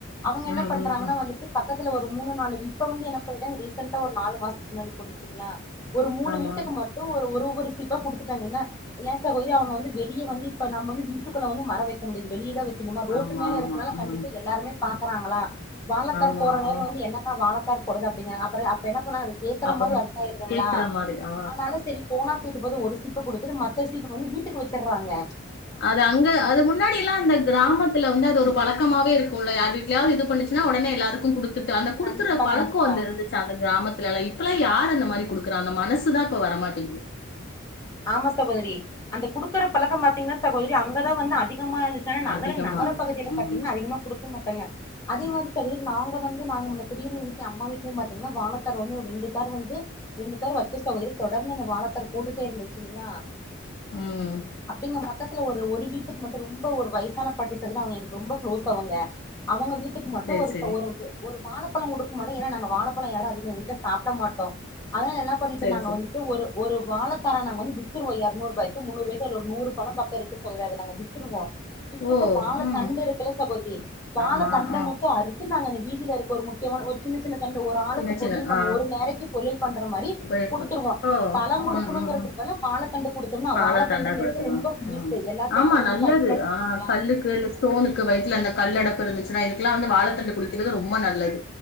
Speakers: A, on the left; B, on the left.
A: அவங்க
B: ம்
A: என்ன பண்றாஙகனா
B: ம் ம்
A: வந்துட்டு பக்கத்துல ஒரு மூணு நாலு வீடு இப்ப வந்து என்ன பன்னிட்டாங்க ரீசன்டா ஒரு நாலு மாசத்க்கு முன்னாடி போட்டுச்சுங்ளா ஒரு மூணு
B: ஆமா
A: வீட்டுக்கு மட்டு ஒரு ஒரு இப்ப குடுத்துட்டாங்க என்ன ஏ சகோதரி அவங்க வந்து வெளிய வந்து இப்ப நம்ம வந்து வீட்டுக்குள்ள வந்து மர வெக் ஒங்களுக்கு வெளியதா வெக்கணுமா ரோட்டு
B: ஆமா
A: மேல
B: ஆமா
A: இருக்கனால
B: ம்
A: கண்டிப்பா எல்லாருமே பாக்குறாங்களா வாழத்தார்
B: ஆமா
A: போட்ற நேரோ
B: ஆ
A: வந்து என்னக்கா வாழத்தார் போடுதா அப்டிங்கறாங்க அப்பற அப் என்ன போனா அது கேக்குற
B: அப்பதான்
A: மாரி அர்த்த ஆயிருதுங்ளா
B: கேக்குற மாரி ஆ
A: ஆனாலு செரி போனா கூட்டு போது ஒரு சீப்ப குடுத்துட்டு மத்த சீப்ப வந்து வீட்டுக்கு வச்சிர்றாங்க
B: அது அங்க அது முன்னாடியெல்லா அந்த கிராமத்துல வந்து அது ஒரு பழக்கமாவே இருக்கு குல யார் வீட்டலயாவது இது பண்ணிச்சினா உடனே எல்லாருக்கு குடுத் அந்த குடுக்குற
A: கண்டிப்பா
B: பழக்க
A: கண்டிப்பா
B: வந்து இருந்துச்சு அந்த கிராமத்திலலா இப்பல்லா யாரு என்ன மாரி குடுக்குற அந்த மனசு தா இப்ப வரமாட்டேங்குது
A: ஆமா சகோதரி அந்த குடுக்கற பழக்கம் பாத்தீங்கன்னா சகோதரி அங்கதா வந்து அதிகமா இருக் நகர
B: அதிகமா
A: நகர
B: இருக்கும்
A: பகுதியில பாத்தீங்ன்னா
B: ம்
A: அதிகமா குடுக்க மாட்டாங்க அதே மாரி சகோதரி நாங்க வந்து நாங்க முன்ன குடியிருந்த வீட்லயு அம்மா வீட்டிலயு பாத்தீங்ன்னா வாழத்தார் வந்து ஒரு ரெண்டு தார் வந்து ரெண்டு தார் வச்ச சகோதரி தொடர்ந்து இந்த வாழ்த்தார் போட்டுட்டே இருந்துச்சுங்களா
B: ம்
A: அப்டிங்க பக்கத்துல ஒரு ஒரு வீட்டுக்கு மட்டும் ரொம்ப ஒரு வயசான பாட்டி சைடு அவங்க எனக்கு ரொம்ப கு்ளோஸ் அவங்க அவங்க வீட் டுக்கு மட்டு
B: சரி
A: ஒரு
B: சரி
A: ஒரு ஒரு வாழைப்பழம் குடுக்கமாட்டோம் ஏன்னா நாங்க வாழைப்பழம் யாரும் அதிக வீட்ட சாப்பிட மாட்டோ அதனால என்னா பண்ணிட்டோ
B: சரி
A: நாங்க
B: சரி
A: வந்துட்டு ஒரு ஒரு வாழைத்தார நாங்க வந்து வித்துருவோ எறநூறுபாய்க்கு முன்னூறுபாய்க்கு அதுல ஒரு நூறு பழம் பக்கம் இருக்கு சகோதரி அத நாங்க வித்துருவோ வித்துட்டு
B: ஓ
A: வாழ
B: ம்
A: தண்டு இருக்குல்ல சகோதரி வாழ
B: ஆமா
A: தண்ட
B: ஆ
A: மட்டு அறுத்து நாங்க வீதியில இருக்க ஒரு முக்கியமான ஒரு சின்ன சின் சின்ன தண்டு ஒரு ஆளுக்கு
B: சின்ன சின்ன
A: பொரியல் பண்ண
B: ஆ
A: ஒரு நேரைக்கு பொரியல் பண்ற மாரி
B: போயிருப்ப
A: குடுத்துருவோ
B: ஓ
A: பழங் குடுக்கணுங்கிறதுக்கெல்லா
B: ம் ம் ம்
A: வாழத்தண்டு குடுத்தோம்னா
B: பாலா
A: வாழத்தண்டுங்கிறது
B: தண்டா கொடுத்துரும்
A: ரொம்ப
B: ஆ
A: யூஸ் ஃபுல் எல்லாத்துக்கு
B: ஆமா
A: வந்து
B: நல்லது
A: பயன்படுத்தட்டுங்லா
B: ஆ கல்லுக்கு இந்த ஸ்டோனுக்கு வய்த்ல அந்த கல் அடப்பு இருந்துச்சுனா இதுக்குலா வந்து வாழத்தண்டு குடிக்கிறது ரொம்ப நல்லது